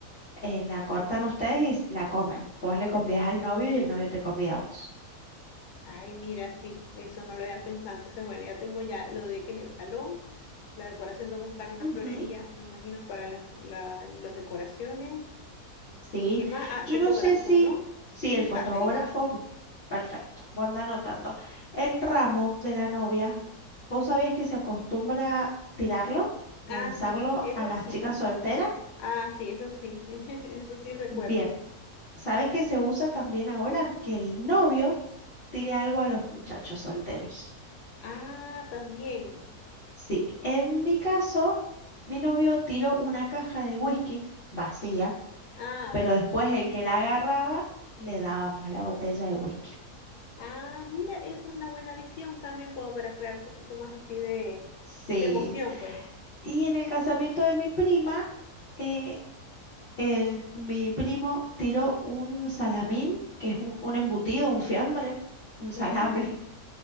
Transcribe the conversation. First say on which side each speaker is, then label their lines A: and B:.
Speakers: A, on the left; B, on the left.
A: eh, la cortan ustedes y la comen. Vos le convías al novio y el novio te convida a vos.
B: Ay, mira, sí, eso no lo había pensado. Entonces, bueno, ya tengo ya lo de que es el salón, la decoración, tengo que buscar una
A: Ujú,
B: florería, me imagino, para las la- las decoraciones.
A: Sí,
B: ¿Qué más? Ah,
A: yo
B: fotógrafo,
A: no sé si,
B: ¿no?
A: si
B: Y
A: el fotógrafo,
B: catering.
A: perfecto, vos anda anotando. El ramo de la novia, ¿vos sabías que se acostumbra tirarlo,
B: Ah,
A: lanzarlo
B: sí, eso
A: a las
B: sí.
A: chicas solteras?
B: Ah, sí, eso sí. <laughs> Eso sí recuerdo.
A: Bien, ¿sabes que se usa también ahora? Que el novio tire algo a los muchachos solteros.
B: Ah, también.
A: Sí, en mi caso, mi novio tiró una caja de whisky vacía
B: Ah,
A: pero
B: bueno.
A: después el que la agarraba, le dábamos la botella de whisky.
B: Ah, mira, eso es una buena adición también, como para crear un poquito más así de,
A: Sí.
B: de emoción, pues.
A: Y en el casamiento de mi prima, eh, el, mi primo tiró un salamín, que es un, un embutido, un fiambre, un salame,
B: <laughs>